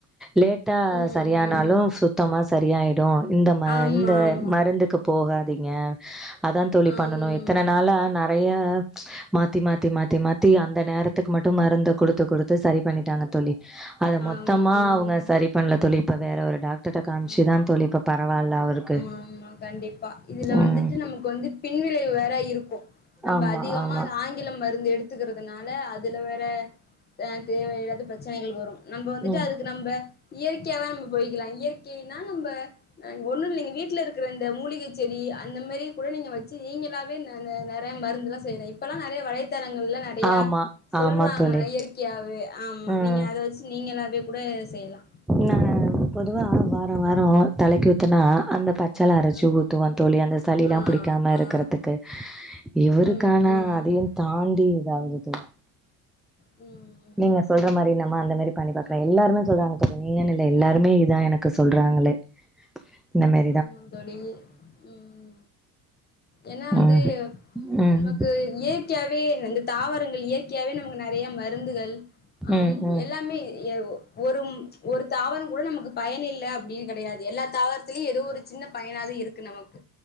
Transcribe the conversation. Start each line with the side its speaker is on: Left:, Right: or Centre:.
Centre: லேட்டா
Left: ம்
Centre: சரியானாலும் சுத்தமா சரியாயிடும் இந்த ம
Left: ஆமா
Centre: இந்த
Left: ஆமா
Centre: மருந்துக்கு போகாதீங்க அதான் தோழி
Left: ஆம்
Centre: பண்ணணும் இத்தன நாளா நா நெறய மாத்தி மாத்தி மாத்தி மாத்தி அந்த நேரத்துக்கு மட்டும் மருந்த குடுத்து குடுத்து து சரி பண்ணிட்டாங்க தோழி அத மொத்தமா
Left: ஆமா ம்
Centre: அவுங்க சரி பண்ணல தோழி இப்ப வேற ஒரு டாக்டர் கிட்ட காமிச்சுதான்
Left: ம்
Centre: தோழி இப்ப பரவாயில்ல அவருக்கு
Left: ஆமா கண்டிப் பா இதுல
Centre: ம்.
Left: வந்துட்டு நமக்கு வந்து பின்விளைவு வேற இருக்கும் நம்ப
Centre: ஆமா,
Left: அதிகமா
Centre: ஆமா.
Left: ஆங் ஆங்கிலம் மருந்து எடுத்துக்கறதுனால அதுல வேற ஆ தேவையில்லாத பிரச்சனைகள் வரும் நம்ப வந்துட்டு
Centre: ம்.
Left: அதுக்கு நம்ப இயற்கையா தான் நம்ப போயிக்கலாம் இயற்கைன்னா நம்ப ஒன்னும் இல்ல நீங்க வீட்டுல இருக்குற இந்த மூலிகை செடி அந்த மாதிரி கூட நீங்க வச்சு நீங்களா வே நானு நெறையா மருந்தெல்லாம் செய்ற இப்பல்லாம் நெறையா வலைத்தளங்கள்ல நெறையா
Centre: ஆமா
Left: சொல்றாங்க
Centre: ஆமா தோழி
Left: இயற் இயற்கையாவே ஆமா
Centre: ம்
Left: நீங்க அத வச்சு நீங்களாவே கூட செய்லாம்
Centre: நா பொதுவா வாரம் வாரம் தலைக்கு ஊத்துனா அந்த பச் செல அரைச்சு
Left: ம்
Centre: ஊத்துவோ
Left: ம்.
Centre: தோழி அந்த சளிலா
Left: ஆ
Centre: புடிக்காம இருக்கறத்துக்கு
Left: ஆ.
Centre: இவருக்
Left: ம் ம்
Centre: ஆனா அதையூ
Left: ம்
Centre: தாண்டி இதாவது தோழி
Left: ம்
Centre: நீங்க சொல்ற மாரி என்னமே அந்த மாரி பண்ணி பாக்கலா எல்லாருமே சொல்றாங்க தோழி நீங்கனனூ இல்ல எல்லாருமே இதா எனக்கு சொல்றாங்களே இந்த மேர்
Left: ஆமாங் தோழி ம் ஏன்னா வந்து
Centre: ம்
Left: எம்
Centre: ம்
Left: மக்களுக்கு ஏப் இயற்கையாவே இந்த தாவரங்கள் இயற்கையாவே நமக்கு நறையா மருந்துகள் ஆம்
Centre: ம் ம்
Left: எல்லாமே ஏ ஓ ஒரும் ஒரு தாவரம் கூட நமக்கு பயன் இல்ல அப்படின்னு கெடையாது எல்லாத் தாவர்த் திலியூ ஏதோ ஒரு சின்ன பயனாது இருக்கு நமக்கு